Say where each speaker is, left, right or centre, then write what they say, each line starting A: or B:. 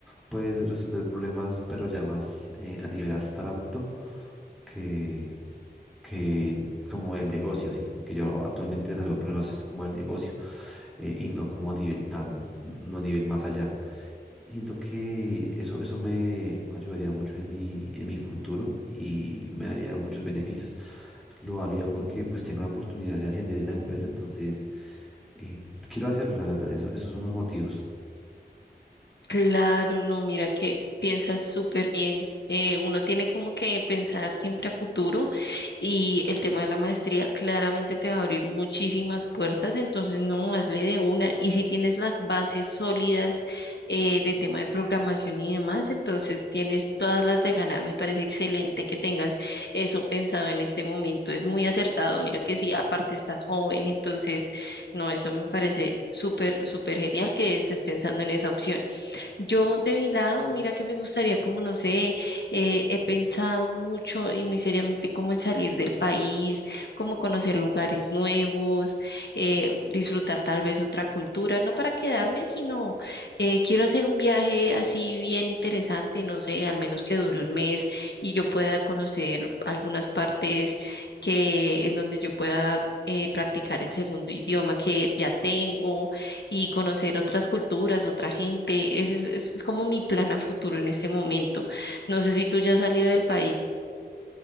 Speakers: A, in the centre; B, on the left (about 80°).
A: puedes resolver problemas pero ya más eh, a nivel abstracto que que como el negocio, ¿sí? Porque yo actualmente resuelvo problemas es como el negocio eh, y no como a nivel tan, no a nivel más allá. Y Siento que eso, eso me ayudaría mucho en mi, en mi futuro y me daría muchos beneficios. Lo haría porque pues tengo la oportunidad de ascender en la empresa, entonces eh, quiero hacerlo, la verdad, eso, esos son los motivos.
B: Claro, no, mira que piensas súper bien. Eh, uno tiene como que pensar siempre a futuro y el tema de la maestría claramente te va a abrir muchísimas puertas, entonces no, hazle de una. Y si tienes las bases sólidas eh, de tema de programación y demás, entonces tienes todas las de ganar. Me parece excelente que tengas eso pensado en este momento. Es muy acertado. Mira que sí, aparte estás joven, entonces no, eso me parece súper, súper genial que estés pensando en esa opción. Yo de mi lado, mira que me gustaría, como no sé, eh, he pensado mucho y muy seriamente como en salir del país, como conocer lugares nuevos, eh, disfrutar tal vez otra cultura, no para quedarme, sino eh, quiero hacer un viaje así bien interesante, no sé, al menos que dure un mes y yo pueda conocer algunas partes que en donde yo pueda eh, practicar el segundo idioma que ya tengo y conocer otras culturas, otra gente. Ese es, ese es como mi plan a futuro en este momento. No sé si tú ya has salido del país.